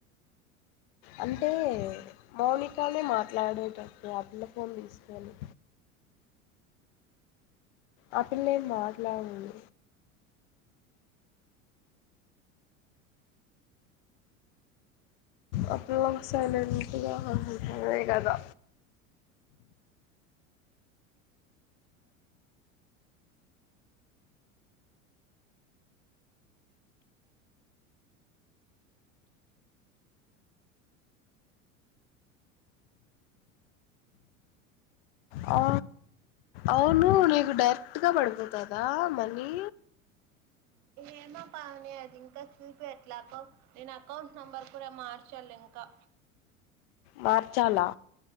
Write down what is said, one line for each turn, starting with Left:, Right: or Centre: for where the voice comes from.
Left: అంటే మౌనికానే మాట్లాడేటటు ఆ పిల్ల ఫోన్ తీసుకొని ఆ పిల్లేం మాట్లాడ్ ముందు ఆ పిల్లా సైలంట్గా ఉంటమే గదా అ అవును నీకు డైరెక్ట్గా పడిపోతదా మనీ
Right: ఏమో పవని అది ఇంకా చూపియట్లే కో నేను అకౌంట్ నంబర్ కూడా మార్చాల్ ఇంకా
Left: మార్చాలా